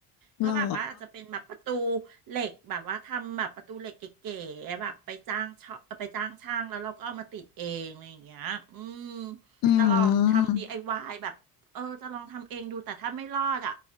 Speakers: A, on the right (about 55°); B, on the left (about 55°).
A: ก็แบบว่าอาจจะเป็นแบบประตู
B: หรอ
A: เหล็กแบบว่าทำแบบประตูเหล็กเก๋ๆแบบไปจ้างช่อไปจ้างช่างแล้วเราก็เอามาติดเองอะไรอย่างเงี้ยอืม
B: อืม
A: จะลองทำดีไอวายแบบเออจะลองทำเองดูแต่ถ้าไม่รอดอ่ะ